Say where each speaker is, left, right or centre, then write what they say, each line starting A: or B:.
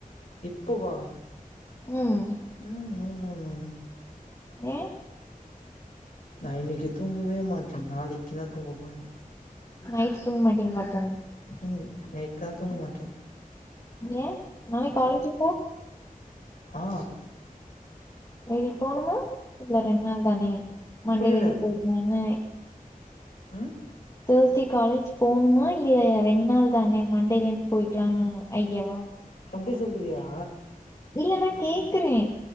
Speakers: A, on the left; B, on the left.
A: இப்போவா
B: ம்
A: ம் நோ நோ நோ
B: ஏ
A: நா இன்னிக்கு தூங்கவேமாட்டே நாளைக் கிதா தூங்க போறே
B: நைட் தூங்க மாட்டீங்களா அப்போ
A: ம் நைட் கா தூங்மாட்டே
B: ஏ நாளைக் காலேஜ் இல்ல
A: ஆ
B: ஏரி போணுமா இல்ல ரெண்ட் நாள் தானே மண்டேலந்து
A: புரியல
B: போய்க்கலானு
A: ம்
B: தேஸ்டே காலேஜ் போணுமா இல்ல ரெண் நாள் தானே மண்டேலந் போய்க்லான்னு ஐடியாவா
A: அப்டி சொல்றியா
B: இல்ல நா கேக்கறே